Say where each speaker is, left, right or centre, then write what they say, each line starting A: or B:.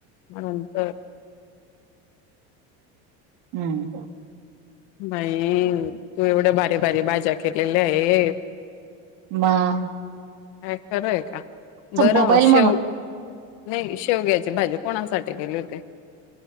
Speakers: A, on the left; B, on the right.
A: मंतर
B: हम्म
A: बाई तू एवढ्या भारी बारी बाज्या केलेल्या आहे
B: म
A: खरं आहे का बरं
B: मोबाईल
A: शेव
B: म्हणून
A: नाही शेवग्याची भाजी कोणासाठी गेली होती